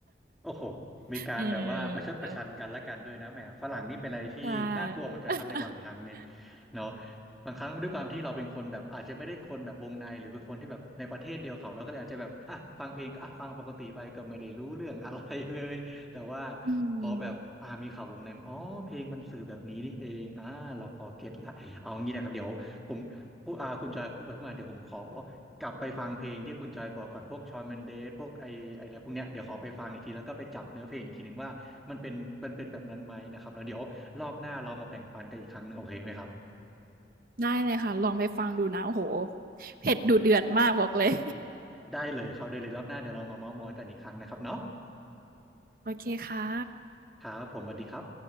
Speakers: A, in the centre; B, on the right (about 50°).
A: โอ้โหมีการแบบว่าประชดประชันกันและกันด้วยนะแหมฝรั่งนี่เป็นอะไรที่น่ากลัวเหมือนกันครับในบางครั้งเนี่ย
B: เออก็ใช่ <laughs>
A: เนาะบางครั้งด้วยความที่เราเป็นคนแบบอาจจะไม่ได้คนแบบวงในหรือเป็นคนที่แบบในประเทศเดียวเขาเราก็เลยอาจจะแบบอ่ะฟังเพลงก็อ่ะฟังปกติไปก็ไม่ได้รู้เรื่องอะไรเลยแต่ว่า
B: อืม
A: พอแบบอ่ามีข่าววงในมาอ๋อเพลงมันสื่อแบบนี้นี่เองอ่าเราพอเก็ตละเอางี้นะครับเดี๋ยวผมพูดอ่าคุณจอยพูดไปพูดมาเดี๋ยวผมขอ กลับไปฟังเพลงที่คุณจอยบอกก่อนพวกชอนเมนเดสพวกไอไออะไรพวกเนี้ยเดี๋ยวขอไปฟังอีกทีแล้วก็ไปจับเนื้อเพลงอีกทีหนึ่งว่ามันเป็นมันเป็นแบบนั้นไหมนะครับแล้วเดี๋ยวรอบหน้าเรามาแบ่งปันกันอีกครั้งหนึงโอเคไหมครับ
B: ได้เลยค่ะลองไปฟังดูนะโอ้โหเผ็ดดูเดือดมากบอกเลย
A: ได้เลยครับได้เลยรอบหน้าเดี๋ยวเรามาเม้าท์มอยกันอีกครั้งนะครับเนาะ
B: <laughs> โอเคค่ะ
A: ครับผมสวัสดีครับ